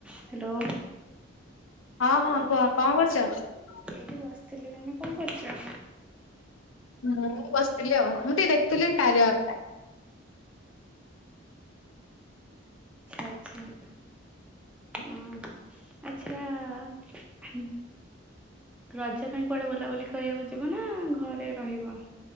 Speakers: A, in the centre; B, on the left.
A: Hello
B: ହଁ ହଁ କୁହ କଣ କରୁଛ?
A: ଏଇଠି ବସିଥିଲି ତମେ କଣ କରୁଛ?
B: ହଁ ବସିଥିଲି ମୁଁ ବି ଦେଖୁଥିଲି କାରିଆ ଆପ ଟା।
A: ଆଚ୍ଛା ଆଚ୍ଛା
B: <unintelligible>
A: ଅ ଆଚ୍ଛା ଆ ରଜ ପାଇଁ କୁଆଡ଼େ ବୁଲାବୁଲି କରିବାକୁ ଯିବ ନା ଘରେ ରହିବ?